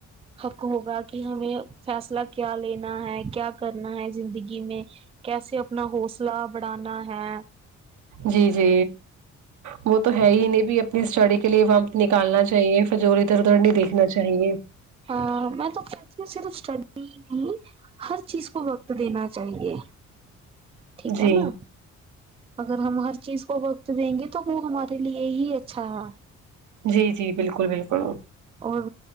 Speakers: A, on the right; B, on the right.
A: حق ہوگا کہ ہمیں فیصلہ کیا لینا ہے کیا کرنا ہے زندگی میں کیسے اپنا حوصلہ بڑھانا ہے
B: جی جی وہ تو ہے انھ بھی اپنی اسٹڈی کے لیے وقت نکالنا چاہیے کے جو اور ادھر ادھر نہیں دیکھنا چاہیے
A: ہاں میں توکہتی ہوں صرف اسٹڈی ہی نہیں ہر چیز کو وقت دینا چاہیے ٹھیک
B: جی
A: ہے نا اگر ہم ہر چیز کو وقت دیں گے تو وہ ہمارے لیے ہی اچھا ہے
B: جی جی بالکل بالکل
A: اور